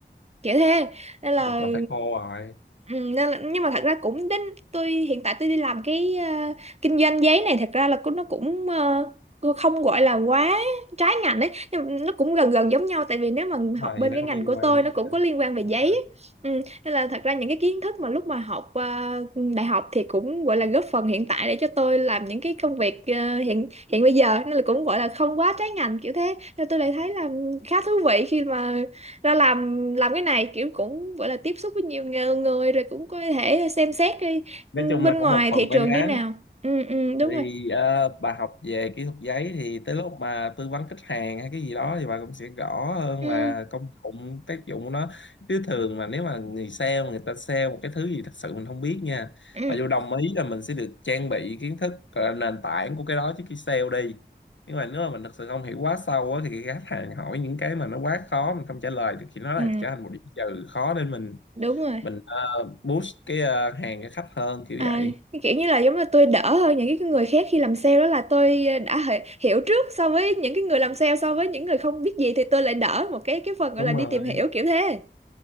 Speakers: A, on the right (about 35°); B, on the left (about 85°).
A: kiểu thế nên là
B: kỹ là phải cô rồi
A: Ừ, nên là, nhưng mà thật ra cũng đến tôi hiện tại tôi đi làm cái ờ, kinh doanh giấy này thật ra là cũng nó cũng ờ, không gọi là quá trái ngành đấy nhưng mà nó cũng gần gần giống nhau tại vì nếu mà
B: mà
A: học bên
B: thì nó
A: cái
B: không
A: ngành
B: liên
A: của tôi
B: quan với
A: nó
B: nhau
A: cũng có liên quan về giấy
B: Đúng rồi.
A: ấy. ừ, nên là thật ra những cái kiến thức mà lúc mà học ờ, đại học thì cũng gọi là góp phần hiện tại để cho tôi làm những cái công việc ờ, hiện hiện bây giờ nên là cũng gọi là không quá trái ngành kiểu thế nên tôi lại thấy là khá thú vị khi mà ra làm làm cái này kiểu cũng gọi là tiếp xúc với nhiều người, người rồi cũng có thể xem xét đi
B: nói
A: ừ,
B: chung
A: bên
B: là có
A: ngoài
B: một phần
A: thị
B: may
A: trường
B: mắn
A: như nào ừ ừ đúng
B: thì
A: rồi
B: ờ, bà học về kỹ thuật giấy thì tới lúc mà tư vấn khách hàng hay cái gì đó thì bà cũng sẽ rõ hơn
A: ừ
B: là công dụng tác dụng của nó chứ thường mà nếu mà người sale mà người ta sale một cái thứ gì thật sự mình không biết nha
A: ừ
B: mà dù đồng ý là mình sẽ được trang bị kiến thức ờ, nền tảng của cái đó trước khi sale đi nhưng mà nếu mà mình thật sự không hiểu quá sâu á, thì khi khách hàng hỏi những cái mà nó quá khó mình không trả lời được thì nó
A: ừ
B: là trở thành một điểm trừ khó để mình
A: đúng rồi
B: mình ờ, boost cái ờ, hàng cho khách hơn kiểu
A: à
B: vậy
A: cái kiểu như là giống như tôi đỡ hơn những cái người khác khi làm sale đó là tôi đã hi- hiểu trước so với những cái người làm sale so với những người không biết gì thì tôi lại đỡ một cái cái phần gọi
B: đúng
A: là đi
B: rồi
A: tìm hiểu kiểu thế